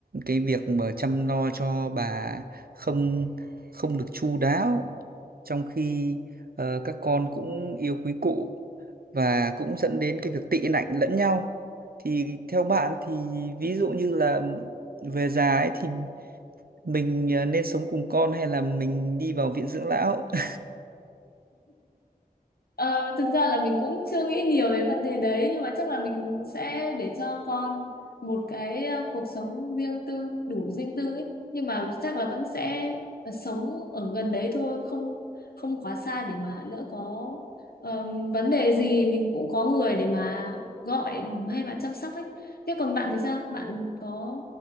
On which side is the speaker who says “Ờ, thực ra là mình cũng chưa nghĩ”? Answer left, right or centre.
Left